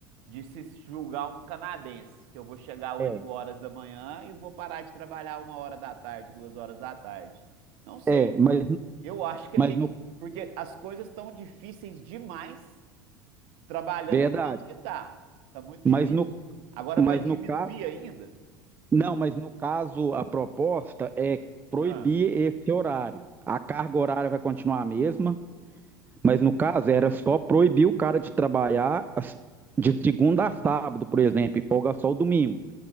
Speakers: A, on the right; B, on the right.
A: de se julgar um canadense, que eu vou chegar às oito
B: É,
A: horas da manhã e vou parar de trabalhar uma hora da tarde, duas horas da tarde. Não sei,
B: é, mas,
A: Eu acho que
B: mas
A: a gente.
B: no,
A: Porque as coisas estão difíceis demais trabalhando
B: verdade,
A: do tanto que tá. Tá muito
B: mas
A: difícil.
B: no,
A: Agora
B: mas
A: vai diminuir
B: no caso,
A: ainda?
B: não, mas no caso a proposta é proibir
A: Ah,
B: esse horário. A carga horária vai continuar a mesma, mas no caso era só proibir o cara de trabalhar as- de segunda a sábado, por exemplo, e folga só o domingo.